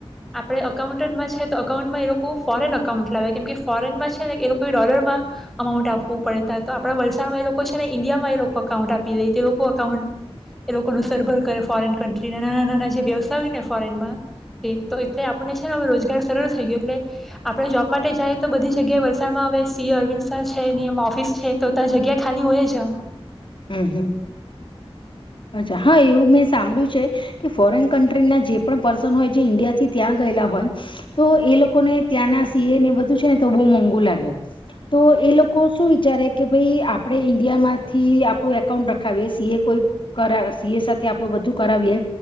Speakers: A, in the centre; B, on the left.
A: આપડે અકાઉન્ટન્ટમાં છે તો અકાઉન્ટમાં એ લોકો ફોરેન અકાઉન્ટ લાવે કેમ કે ફોરેનમાં છે ને એ લોકોએ ડોલરમાં અમાઉન્ટ આપવું પડે ત તો આપણા વલસાડમાં એ લોકો છે ને ઈન્ડિયામાં એ લોકો અકાઉન્ટ આપી દે એ લોકો અકાઉન્ટ એ લોકોનું સરભર કરે ફોરેન કન્ટ્રી ના નાના નાના જે વ્યવસાય હોય ને ફોરેનમાં તે તો એટલે આપણને છે ને હ રોજગાર સરળ થઈ ગયો એટલે આપણે જોબ માટે જાય તો બધી જગ્યાએ વલસાડમાં હવે સીએ અરવિંદ શાહ છેયમ ઓફિસ છે તો ત્યાં જગ્યા ખાલી હોય જા
B: હમ્મ, હમ્મ. અચ્છા હા એવું મે સાંભળું છે કે ફોરેઇન કન્ટ્રી ના જે પણ પર્સન હોય ઈન્ડિયાથી ત્યાં ગયેલા હોય તો એ લોકોને ત્યાંના સી એ ને બધું છે ને તો બહ મોંઘું લાગે. તો એ લોકો શું વિચારે કે ભાઈ આપણે ઈન્ડિયા માંથી આપ કોઈ એકાઉન્ટ રખાવીએ સી એ કોઈ કરા સી એ સાથે આપણું બધું કરાવીએ